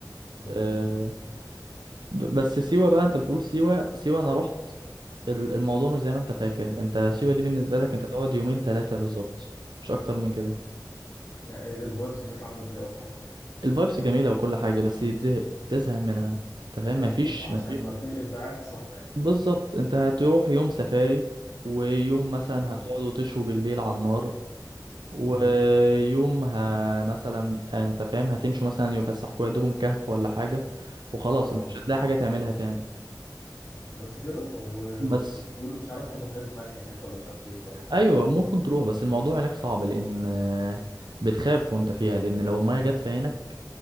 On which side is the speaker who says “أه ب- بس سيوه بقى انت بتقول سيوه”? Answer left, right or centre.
Right